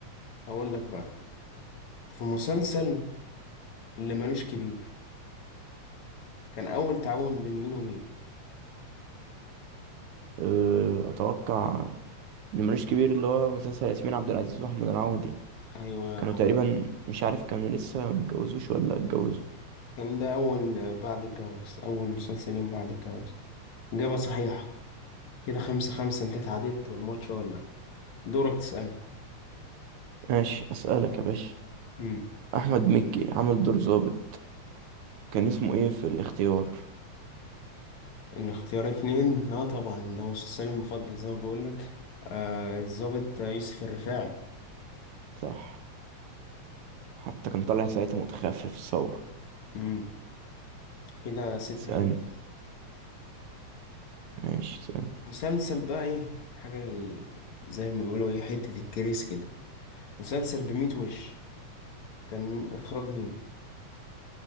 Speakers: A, on the left; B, on the right.
A: هقول لك بقى في مسلسل اللي ملوش كبير كان أول تعاون بين مين ومين
B: أه، اتوقع اللي ملوش كبير اللي هو مسلسل ياسمين عبد العزيز واحمد العوضي
A: أيوة
B: كانوا
A: هو
B: تقريبا مش عارف كانوا لسه متجوزوش ولا اتجوزوا
A: كان ده أول آه، بعد الجواز أول مسلسل يوم بعد الجواز إجابة صحيحة كده خمسة خمسة أنت تعادلت والماتش ولا دورك تسألني
B: ماشي اسألك يا باشا
A: مم.
B: احمد مكي عمل دور ظابط كان اسمه ايه في الاختيار
A: الاختيار اتنين اه طبعا ده مسلسلي المفضل زي ما بقولك آه الضابط يوسف الرفاعي
B: صح حتى كان طالع ساعتها متخفف الثورة
A: مم. كده ستة
B: تسألني
A: خمسة
B: ماشي
A: مسلسل بقى ايه حاجة ال- زي ما بيقولوا ايه حتة الكريس كده مسلسل بميت وش كان إخراج مين